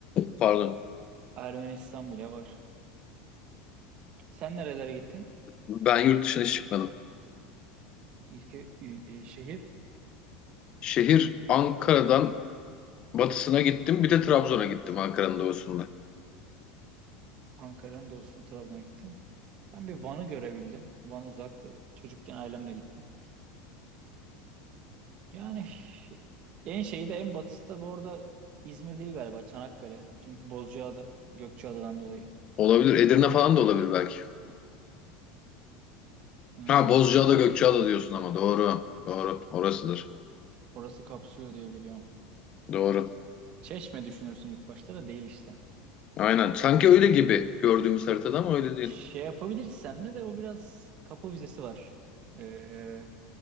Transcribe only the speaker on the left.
Pardon.
Ben yurt dışına hiç çıkmadım.
Şehir Ankara'dan batısına gittim. Bir de Trabzon'a gittim Ankara'nın doğusunda.
Olabilir. Edirne falan da olabilir belki.
Ha Bozcaada Gökçeada diyorsun ama doğru. Doğru. Orasıdır.
Doğru.
Aynen. Sanki öyle gibi gördüğümüz haritada ama öyle değil.